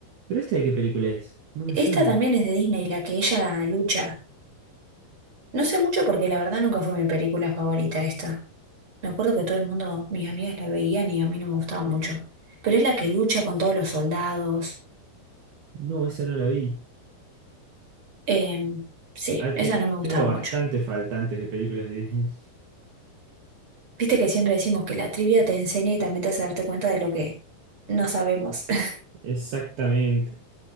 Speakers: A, on the right (about 60°); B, on the right (about 30°).
A: ¿Pero esta de qué película es? No me
B: Esta
A: suena.
B: también es de Disney, la que ella lucha. No sé mucho porque la verdad nunca fue mi película favorita esta. Me acuerdo que todo el mundo, mis amigas la veían y a mí no me gustaba mucho. Pero es la que lucha con todos los soldados.
A: No, esa no la vi.
B: Em, sí,
A: Ah,
B: esa
A: te-
B: no me gustaba
A: tengo
B: mucho.
A: bastantes faltantes de películas de Disney.
B: Viste que siempre decimos que la trivia te enseña y también te hace darte cuenta de lo que no sabemos.
A: Es-
B: <laughs>
A: exactamente.